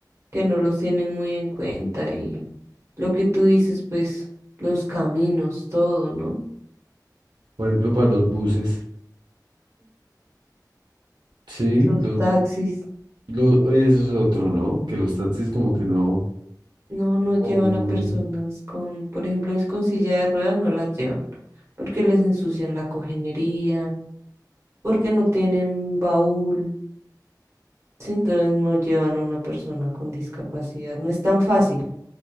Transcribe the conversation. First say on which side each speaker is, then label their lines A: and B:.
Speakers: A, on the right (about 40°); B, on the right (about 80°).
A: que no los tienen muy en cuenta y lo que tú dices, pues los caminos, todo, ¿no?
B: Por ejemplo, para los buses, sí,
A: Los
B: los,
A: taxis.
B: los, eso es otro, ¿no? Que los taxis como que no.
A: No, no llevan
B: como muy...
A: a personas con, por ejemplo, es con silla de ruedas, no las llevan, porque les ensucian la cojinería, porque no tienen baúl, sí, entonces no llevan a una persona con discapacidad. No es tan fácil,